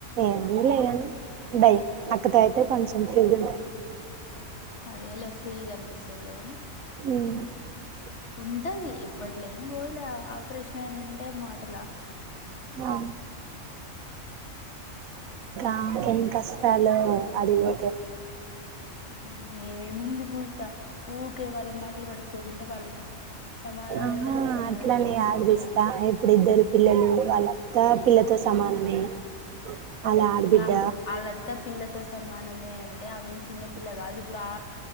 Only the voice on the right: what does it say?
ఏముంది లే అని అక్కతోయితే కొంచెం ఫ్రీగా ఉంట
అ
ఆ నాకే ఎన్ని కష్టాలు అది పోతే
ఆహా
అట్లనే
ఆదరిస్తా
ఇప్పుడు ఇద్దరు పిల్లలు వాళ్ళ తా ఆ పిల్లతో సమానమే వాళ్ళ ఆడబిడ్డ